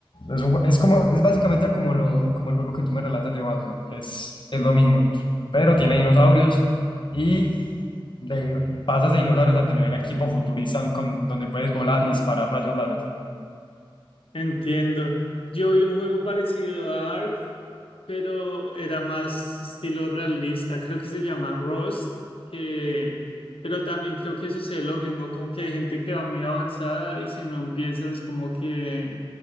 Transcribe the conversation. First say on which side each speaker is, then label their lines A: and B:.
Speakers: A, on the left; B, on the left.
A: es, un jue- es como, es básicamente como, lo, como el juego que tú me relatas de Valheim. Es, es lo mismo. Pero tiene dinosaurios y de, pasas de dinosaurios a tener equipo futurista con, donde puedes volar y disparar rayos láser.
B: Entiendo. Yo vi un juego parecido a Ark pero era más estilo realista. Creo que se llama Rust, que... pero también creo que sucede lo mismo, como que hay gente que va muy avanzada y si no empiezas como que